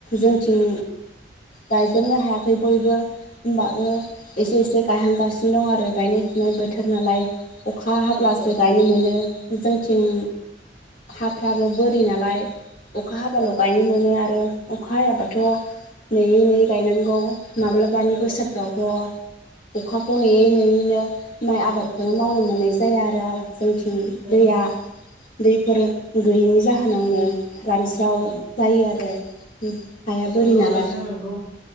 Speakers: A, on the left; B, in the centre.
A: जोंथिं गायजोबनो हायाखै बयबो। होनोमबाबो एसे एसे गायहांगासिनो दं आरो गायनाय फुनाय बोथोर नालाय अखा हाब्लासो
B: औ औ
A: गायनो मोनो जोंथिं हाफ्राबो बोरि नालाय अखा हाबाल'
B: औ
A: गायनो मोनो आरो अखा हायाबाथ' नेयै नेयै गायनांगौ माब्लाबानि
B: औ
A: बोसोरफ्राव थ' अखाखौ नेयै नेयैनो माइ आबादखौनो मावनो मोननाय जाया आरो। जोंथिं
B: औ
A: दैया दैफोर गैयैनि जाहोनावनो रानस्राव
B: औ
A: जायो आरो हाया
B: नंगौ
A: बोरि नालाय
B: नोंथां नंगौ